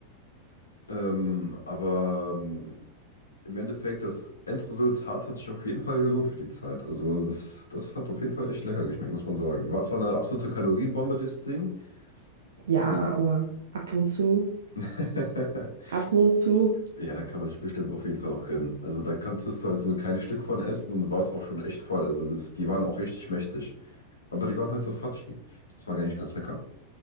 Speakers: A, on the left; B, on the right.
A: Ähm, aber ähm, im Endeffekt, das Endresultat hat sich auf jeden Fall gelohnt für die Zeit. Also das, das hat auf jeden Fall echt lecker geschmeckt, muss man sagen. War zwar eine absolute Kalorienbombe, dieses Ding.
B: Ja,
A: Und
B: aber ab und zu,
A: <laughs>
B: ab und zu.
A: ja, da kann man sich bestimmt auf jeden Fall auch gönnen. Also da kannst du halt so ein kleines Stück von essen und du warst auch schon echt voll. Also das, die waren auch richtig mächtig. Aber die waren halt so fudgy. Das war gar nicht ganz lecker.